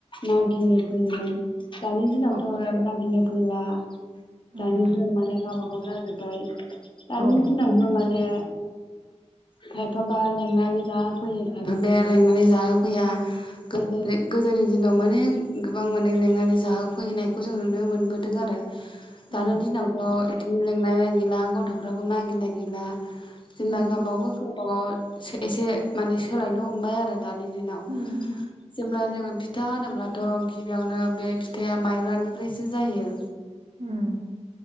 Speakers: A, on the left; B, on the right.
A: मागिनो फैयोमोन दानि दिनावथ'
B: औ
A: मागिनो फैला <inaudible>
B: उमहो
A: दानि दिनाव माने गावबागाव जाजोबबाय दानि
B: औ
A: दिनावनो माने खायफाबा <inaudible> जेंनानि जा फैयोब <inaudible> लेंनानै जाहोफैया गोदो गोदोनि दिनाव माने गोबां माने लिेंनानै जाहोफैनायखौ जों नुनो मोनबोदों आरो दानाय
B: उम
A: दिनावथ' इदि लेंना गैला गथ'फ्राबो मागिना गैला जेनबा
B: औ
A: गावबा गाव गोबाव एसे माने सोलायनो ह हमबाय आरो दानि दिनाव
B: उम
A: जेब्ला जोङो फिथा होनोब्लाथ' गिबियावनो बे फिथाइा माइब्रानिफ्रायसो जायो
B: उम